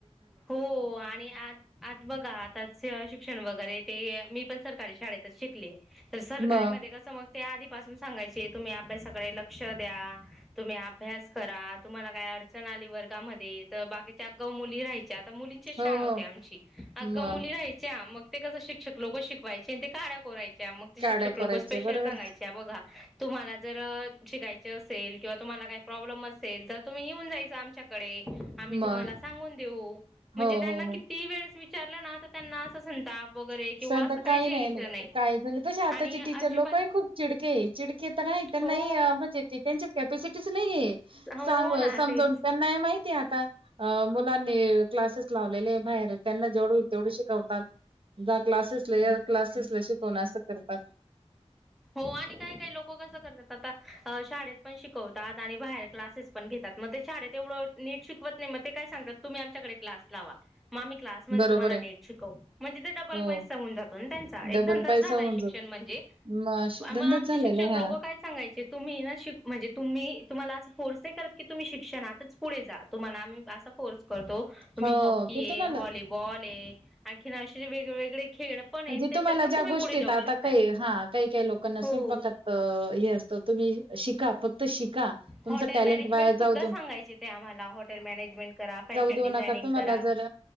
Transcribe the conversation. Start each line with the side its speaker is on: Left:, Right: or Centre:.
Centre: हो आणि आज आज बघा आताचे अ शिक्षण वगैरे ते मी पण सरकारी शाळेतच शिकले तर सरकारी
Right: मग
Centre: म का सम त्या आधीपासून सांगायचे तुम्ही अभ्यासाकडे लक्ष द्या तुम्ही अभ्यास करा तुम्हाला काय अडचण आली वर्गामध्ये तर बाकी मुली राहायच्या आता मुलींच्या शाळा
Right: हो हो
Centre: होते आमची अग
Right: मग
Centre: मुली राहायच्या मग ते कसं शिक्षक लोक शिकवायचे आणि ते काड्या करायचे मग
Right: काड्या
Centre: शिक्षक
Right: करायच्या
Centre: लोक स्पेशल
Right: बरोबर
Centre: सांगायचे बघा तुम्हाला जर शिकाय असेल किंवा तुम्हाला काही प्रॉब्लेम असेल तर तुम्ही येऊन जायच आमच्याकडे.
Right: मग
Centre: तुमाला सांगून देऊ म्हणजे
Right: हो
Centre: त्यांना
Right: हो हो
Centre: किती वेळेसं विचारल ना. त्यांना असं- संताप
Right: <unintelligible>
Centre: वगैरे किंवा असं
Right: काही
Centre: जे
Right: नाही
Centre: यायचं
Right: नाही काहीच नाही त आताचे
Centre: आणि अजिबात
Right: टीचर लोक आहे खूप चिडके चिडके. नाही त्यांना
Centre: हो
Right: म्हणजे त्यांच्यात कॅपसिटीच नाहीय.
Centre: हो
Right: सांग
Centre: ना
Right: समजून
Centre: तेच
Right: त्यांना माहिती आता मुलानी क्लासेस- लावलेले बाहेर त्यांना जेवढ होईल तेवढे शिकवतात. जा क्लासेसला या क्लासेसला शिकवण असं करतात.
Centre: हो आणि काही काही लोक कसं करतात आता शाळेत पण शिकवतात आणि बाहेर क्लासेस पण घेतात. मग ते शाळेत तेवढं नीट शिकवत नाहीत. मग ते काय सांगतात तुम्ही आमच्याकडे क्लास लावा. आम्ही क्लासमध्ये
Right: बरोबर
Centre: तुम्हाला
Right: आहे
Centre: नीट शिकवतो म्हणजे ते डबल
Right: हो
Centre: पैसा होन जातो ना त्यांचा एक
Right: डबल
Centre: धंदाच
Right: पैसा
Centre: झालाय
Right: होऊन
Centre: शिक्षण.
Right: जातो
Centre: म्हणजे
Right: म धंदाच
Centre: आमचे
Right: झालेला
Centre: शिक्षक
Right: आहे
Centre: लोक
Right: हा
Centre: काय सांगायचे तुम्ही आहे ना तुमी. की तुम्हाला अस फोर्स नाही करत की तुम्ही शिक्षणतच पुढे जात. तुम्हाला मी असा फोर्स करतो तुम्ही
Right: हो
Centre: हॉकी
Right: ते
Centre: आहे,
Right: तुम्हाला
Centre: व्हॉलीबॉल आहे. आणखी असे वेगवेगळे.. खेळ पण आहेत
Right: म्हणजे
Centre: त्याच्यात
Right: तुम्हाला
Centre: पण
Right: ज्या
Centre: तुम्ही
Right: गोष्टीत
Centre: पुढे जाऊ
Right: आता
Centre: शकतात
Right: काही हा काही काही लोक.. काहींना स्वयंपाकात
Centre: हो
Right: हे... असत. तुम्ही शिका फक्त. शिका तुमचं
Centre: हॉटेल
Right: टॅलेंट
Centre: मॅनेजमेंट
Right: वाया
Centre: सुद्धा
Right: जाऊ
Centre: सांगायचे ते आम्हाला हॉटेल मॅनेजमेंट करा फॅशन
Right: देऊ
Centre: डिझायनिंग
Right: नका. तुमाला
Centre: करा
Right: जर